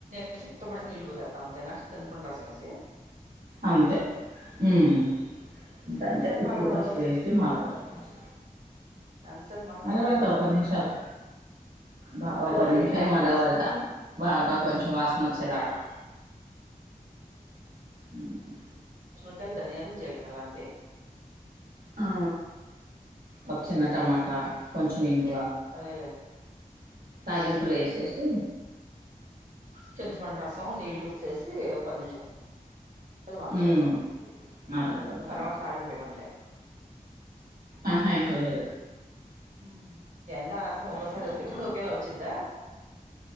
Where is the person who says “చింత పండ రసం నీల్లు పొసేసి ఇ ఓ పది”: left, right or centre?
Right